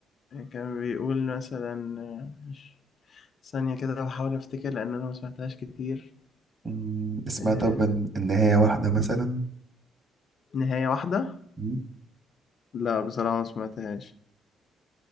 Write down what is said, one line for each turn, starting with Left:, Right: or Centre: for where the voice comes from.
Left: كان بيقول مثلا آه، مش- ثانية كده بحاول أفتكر لأن أنا ما سمعتهاش كتير
Right: مم، اسمها
Left: آه،
Right: طب الن- النهايه واحده مثلا
Left: نهاية واحدة
Right: مم،
Left: لا بصراحة ما سمعتهاش